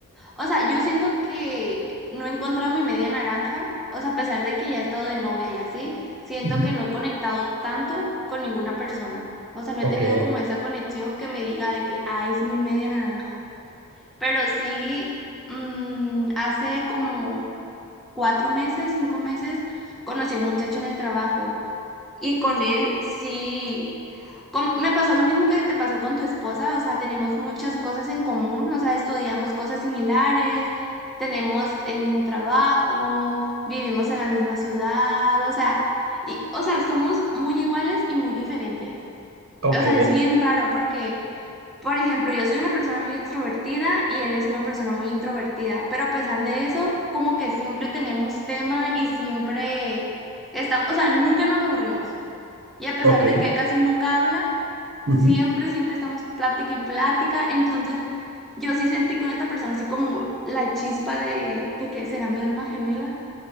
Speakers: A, in the centre; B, on the right (about 65°).
A: O sea, yo siento que no he encontrado mi media naranja, o sea, a pesar de que ya he estado de novia y así, siento
B: Ujú.
A: que no he conectado tanto con ninguna persona. O sea, no
B: Ok,
A: he tenido como esa conexión que me diga de que, ah, es mi media naranja. Pero sí, mm, hace como cuatro meses, cinco meses, conocí a un muchacho en el trabajo y con él sí com- me pasó lo mismo que te pasó con tu esposa, o sea, tenemos muchas cosas en común, o sea, estudiamos cosas similares, tenemos el mismo trabajo, vivimos en la misma ciudad, o sea, y, o sea, somos muy iguales y muy diferentes.
B: ok,
A: O sea, es bien raro porque, por ejemplo, yo soy una persona muy extrovertida y él es una persona muy introvertida, pero a pesar de eso, como que siempre tenemos tema y siempre estamos, o sea, nunca nos aburrimos. Y a pesar
B: ok,
A: de que él casi nunca habla,
B: ujú,
A: Siempre, siempre estamos plática y plática. Entonces, yo sí sentí con esta persona así como la chispa de, de que será mi alma gemela.